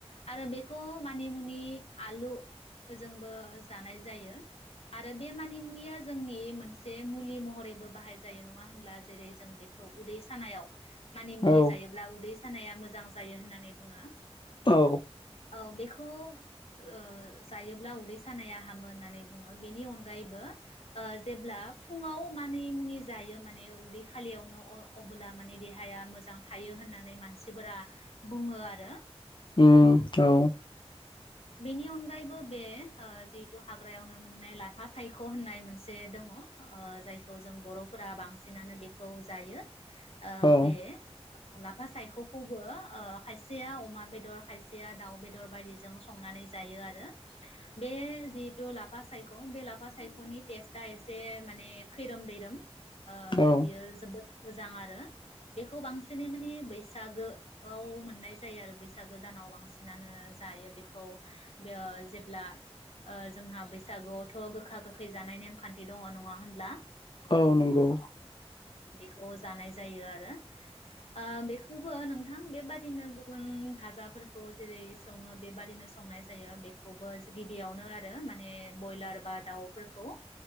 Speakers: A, on the left; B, on the left.
A: आरो बेखौ मानि मुनि आलु। जोंबो जानाय जायो आरो बे मानिमुनिया जोंनि मोनसे मुलि महरैबो बाहाय जायो नङा होमब्ला जेरै जों बेखौ उदै सानायाव। मानि मुनि
B: औ
A: जायोब्ला उदै। सानाया मोजां जायो होननानै बुङो।
B: औ।
A: औ बेखौ ओ जायोब्ला उदै सानाया हामो होननानै बुङो बेनि अनगायैबो जेब्ला फुङाव मानि मुनि जायो माने उदै खालियावनो अ-अबोला माने देहाया मोजां थायो होननानै मानसिफोरा बुङो आरो।
B: उम औ
A: बेनि अनगायैबो बे ओ जिहेथु हाग्रायावनो मोननाय लाफा सायख‌' होननाय मोनसे दङ ओ जायखौ जों बर'फोरा बांसिनानो बेखौ जायो। आ
B: औ
A: बे‌ लाफा सायख' खौबो ओ खायसेया अमा बेदर खायसेया दाउ बेदर दर बायदिजों संनानै जायो आरो। बे जिहेथु लाफा सायख‌' बे लाफा सायख'नि टेस्टआ एसे माने खैरोम दैैरोम। ओ
B: औ
A: बियो जोबोद मोजां आरो। बेखौ बांसिनै माने बैसागोआव मोननाय जायो आरो बैसागो दानाव बांसिनानो जायो बेखौ बे ओ जेब्ला ओ जोंहा बैसागुआवथ' गोखा गोखै जानाय नेमखान्थि दङ नङा होनब्ला?
B: औ नंगौ
A: अ जानाय जायो आरो ओ बेखौ थेवबो नोंथां बेबादिनो गुबुन भाजाफोरखौ जेरै सङो बेबादिनो संनाय जायो बेखौबो जुदि बियावनो आरो माने बयलार बा दाउफोरखौ